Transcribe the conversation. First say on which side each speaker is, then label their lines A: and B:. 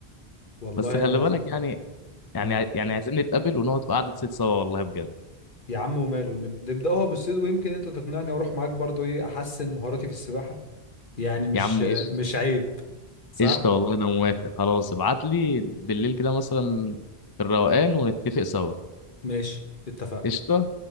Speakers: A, on the left; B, on the left.
A: والله
B: بس خلي
A: انا
B: بالك
A: ز-
B: يعني يعني
A: ها
B: ع- يعني عايزين نتقابل ونقعد في قعده ست سوا والله بجد
A: يا عم وماله نب- نبداها بالصيد ويمكن انت تقنعني واروح معاك برضو ايه احسن مهاراتي في السباحه يعني مش
B: يا عم قشطه
A: مش عيب صح
B: قشطه والله انا موافق خلاص ابعت لي بالليل كده مثلا في الروقان ونتفق سوا
A: ماشي اتفقنا
B: قشطه